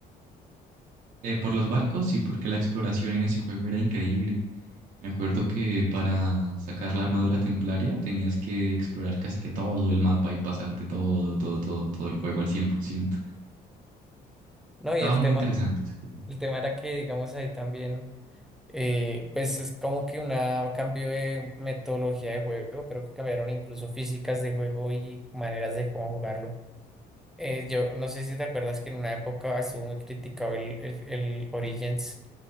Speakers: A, on the right; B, in the centre.
A: Eh, por los barcos y porque la exploración en ese juego era increíble. Me acuerdo que para sacar la armadura templaria tenías que explorar casi que todo el mapa y pasarte todo, todo, todo, todo el juego al 100%.
B: No,
A: Estaba
B: y el
A: muy
B: tema,
A: interesante ese juego.
B: El tema era que, digamos, ahí también, eh, pues es como que una- un cambio de metodología de juego, creo que cambiaron incluso físicas de juego y maneras de cómo jugarlo. Eh, yo no sé si te acuerdas que en una época estuvo muy criticado el, el, el Origins